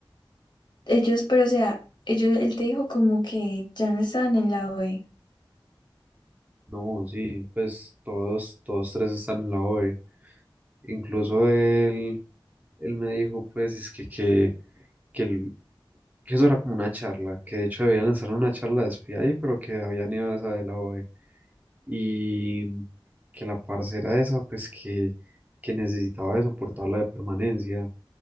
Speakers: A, on the left; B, on the right.
A: ellos, pero o sea, ellos, él te dijo como que ya no estaban en la OE.
B: No, sí, pues todos, todos tres están en la OE. Incluso él, él me dijo, pues, es que, que, que, el- que eso era como una charla, que de hecho debían estar en una charla de espía ahí, pero que habían ido a esa de la OE. Y que la parcera esa, pues, que, que necesitaba eso por tabla de permanencia.